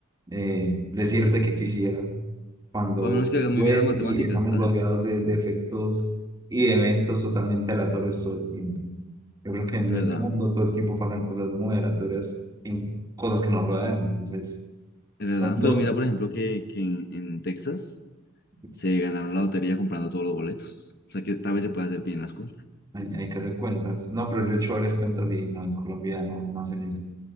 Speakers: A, on the right; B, on the left.
A: eh, decirte que quisiera cuando
B: o a menos que hagas
A: ves
B: muy bien las matemáticas?
A: y estamos
B: Hace,
A: rodeados de, de efectos y de eventos totalmente aleatorios todo el tiempo. Yo creo que en
B: es verdad,
A: este mundo todo el tiempo pasan cosas muy aleatorias en cosas que nos rodean. Entonces,
B: es verdad.
A: no, no,
B: Pero mira, por ejemplo, que, que en, en Texas
A: pues,
B: se ganaron la lotería comprando todos los boletos. O sea que tal vez se puede hacer bien las cuentas.
A: hay, hay que hacer cuentas. No, pero yo he hecho varias cuentas y no, en Colombia no, no hacen eso.